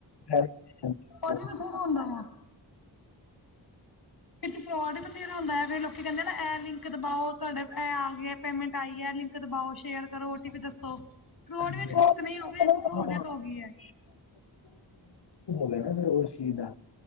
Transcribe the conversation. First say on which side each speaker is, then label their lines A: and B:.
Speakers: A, on the left; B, on the left.
A: ਹਾਂਜੀ,
B: ਥੋੜਾ ਆਉਂਦਾ ਵਾ। ਵਿੱਚ ਫਰੋਡ ਵੀ ਬਥੇਰਾ ਹੁੰਦਾ ਐ। ਫਿਰ ਲੋਕ ਕਹਿੰਦੇ ਨਾ ਇਹ ਲਿੰਕ ਦਬਾਓ ਤੁਹਾਡੇ ਆ ਪੇਮੈਂਟ ਆਈ ਐ। ਲਿੰਕ ਦਬਾਓ ਸ਼ੇਅਰ ਕਰੋ। ਓ ਟੀ ਪੀ ਦੱਸੋ? ਫਰੋਡ
A: ਹਾਂਜੀ
B: ਵੀ ਅੱਜਕੱਲ
A: ਬਹੁਤ
B: ਉਤਨੇ ਹੀ ਹੋ ਗਏ ਜਿਤਨੀ ਸਹੂਲੀਅਤ
A: ਹਾਂ ਉੱਥੇ ਹੋ
B: ਗਈ ਹੈ।
A: ਗਿਆ ਨਾ ਫਿਰ ਉਸ ਚੀਜ਼ ਦਾ